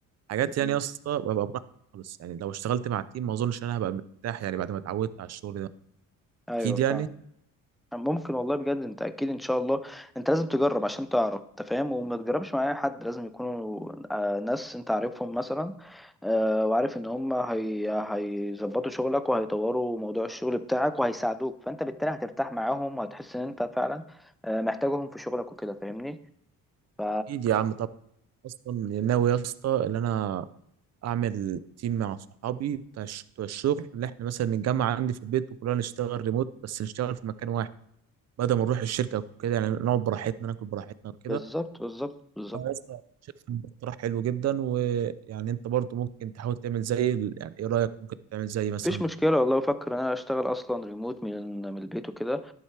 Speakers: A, on the right (about 50°); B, in the centre.
A: حاجات يعني
B: مم.
A: يا اسطى ببقى براحتي خالص يعني لو اشتغلت مع تيم ما اظنش ان انا هبقى مرتاح يعني بعد ما اتعودت على الشغل ده
B: ايوه
A: اكيد
B: فاهم
A: يعني
B: ممكن والله بجد انت اكيد ان شاء الله انت لازم تجرب عشان تعرف انت فاهم وما تجربش مع اي حد لازم يكونوا آه، ناس انت عارفهم مثلا آه، وعارف ان هم هي هيظبطوا شغلك وهيطوروا موضوع الشغل بتاعك وهيساعدوك فانت بالتالي هترتاح معاهم وهتحس ان انت فعلا آه، محتاجهم في شغلك وكده فاهمني ف
A: اكيد يا عم طبعا اصلا ناوي يا اسطى ان انا اعمل تيم مع صحابي بتاع الش- بتوع الشغل اللي احنا مثلا نتجمع عندي في البيت وكلنا نشتغل ريموت بس نشتغل في مكان واحد بدل ما نروح الشركه وكده يعني نقعد براحتنا ناكل براحتنا وكده
B: بالظبط بالظبط بالظبط
A: فأنا لسه شايف إن ده اقتراح حلو جدا ويعني انت برضو ممكن تحاول تعمل زي ال- يعني ايه رايك ممكن تعمل زي مثلا
B: مفيش مشكلة والله بفكر ان انا اشتغل اصلا ريموت من من البيت وكده